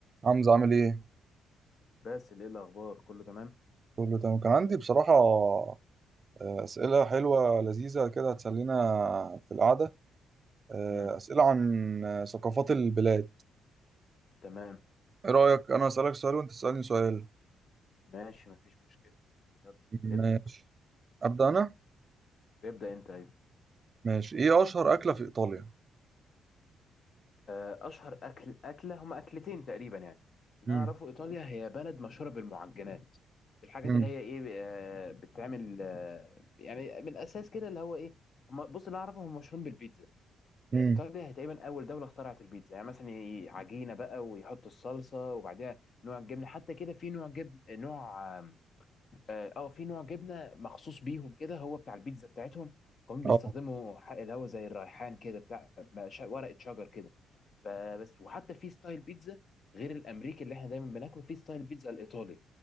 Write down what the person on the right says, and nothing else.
حمزة عامل ايه؟
كله تمام كان عندي بصراحة آه، أسئلة حلوة لذيذة كده هتسلينا في القعدة آه،
أسئلة عن آه، ثقافات البلاد
ايه رأيك أنا أسألك سؤال وأنت تسألني سؤال
ماشي
أبدأ أنا؟
ماشي ايه أشهر أكلة في إيطاليا؟
مم.
مم.
مم.
اه